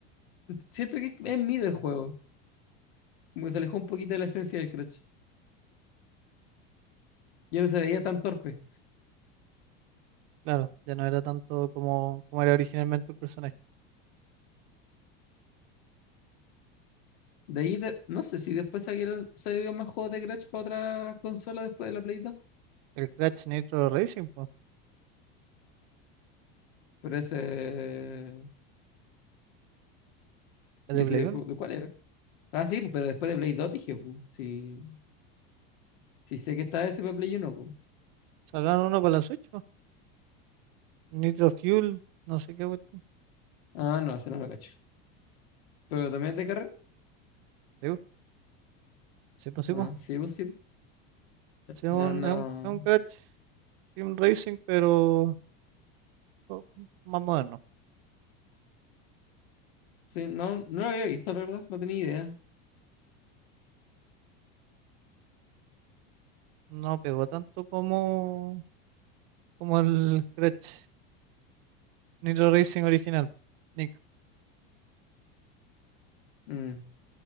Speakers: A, on the left; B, on the right.
A: Siento que es, es mid el juego. Como que se alejó un poquito de la esencia del Crash. Ya no se veía tan torpe.
B: claro. Ya no era tanto como, como era originalmente el personaje.
A: De ahí, de- no sé si después salieron, salieron más juegos de Crash para otra consola después de la Play dos
B: El Crash Nitro Racing, pues,
A: Pero ese.
B: el
A: ¿Y
B: de
A: ese
B: Play
A: de,
B: 1.
A: cu- de cuál era? Ah, sí, pues, pero después de Play 2 dije, pues, sí, sí sé que está ese para Play uno pues.
B: Sacaron uno para la Switch, po. Nitro Fuel, no sé qué. cuestión.
A: Ah, no, ese no lo cacho. ¿Pero también es de carrera?
B: Sí, po, sí, po, sí,
A: Ah,
B: po.
A: sí, pues sí.
B: Sí, es
A: No,
B: un,
A: no.
B: es un, es un Crash. Sim Racing, pero o- más moderno.
A: Sí, no, no lo había visto, la verdad. No tenía idea.
B: No pegó tanto como, como el Crash Nitro Racing original. Nick,
A: Mm.